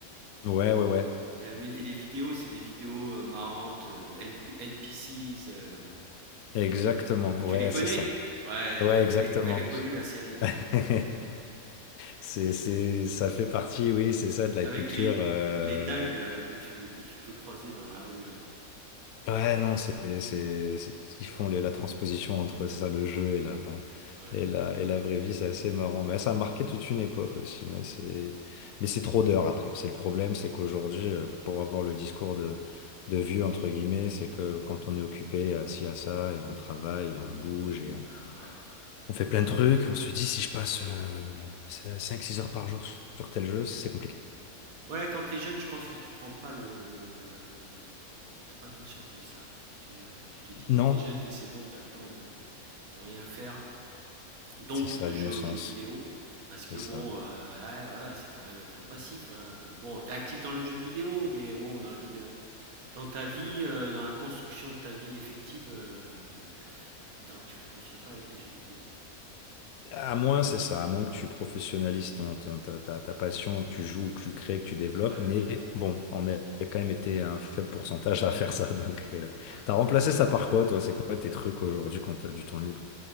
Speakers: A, on the left; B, on the right.
A: Ouais, ouais, ouais.
B: et la mu et les vidéos, c'est des vidéos, heu, marrantes, heu, NP NPCs, hem
A: Exactement.
B: et heu, oh, tu
A: Ouais,
B: les connais?
A: c'est ça.
B: Ouais,
A: Ouais,
B: elle
A: exactement.
B: elle est elle est connue la série là,
A: <laughs> C'est, c'est, ça fait partie, oui, c'est ça, de la
B: avec
A: culture.
B: les
A: euh,
B: les dingues,
A: ouais.
B: heu, que tu que tu peux croiser dans la rue, heu,
A: Ouais, non, c'est, c'est, c'est- ils font les- la transposition entre c'est ça, le jeu et la,
B: ouais,
A: et la, et la vraie vie, c'est assez marrant. Mais ça a marqué toute une époque aussi. ouais, c'est... Mais c'est trop d'heures après. C'est le problème, c'est qu'aujourd'hui, euh, pour avoir le discours de, de vieux, entre guillemets, c'est que quand on est occupé, assis à ça, et on travaille, et on bouge, et euh,
B: ouais.
A: on fait plein de trucs, on se dit, si je passe euh, cinq six heures par jour sur tel jeu, c'est compliqué.
B: Ouais, quand t'es jeune, je pense que tu prends pas le le le tu pas conscience de ça. Tu, heu, tu te dis que
A: Non,
B: t'es jeune, que c'est bon, t'as le temps de de rien faire, donc
A: c'est ça,
B: de
A: l'innocence.
B: jouer aux jeux vidéo parce que
A: C'est
B: bon,
A: ça.
B: heu, ouais, voilà, c'est quand même être passif, hein. Bon, t'es actif dans le jeu vidéo, mais bon, dans la vie de dans ta vie, heu, dans la construction de ta vie effective, heu, bah, dans tu la construis pas avec les jeux vidéo.
A: À moins, c'est ça, à moins que tu professionnalises ton- ton- ta, ta- ta passion, que tu joues, que tu crées, que tu développes.
B: Ouais,
A: Mais bon, on a quand même été un faible pourcentage à <laughs> faire ça. Donc, euh,
B: ouais.
A: t'as remplacé ça par quoi, toi? C'est quoi tes trucs aujourd'hui quand t'as du temps libre?